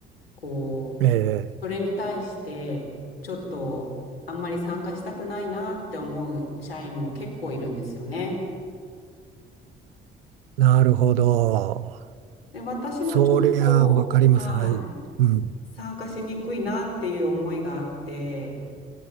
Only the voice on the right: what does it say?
ええ。
なるほど。
そりゃわかります。
はい。うん。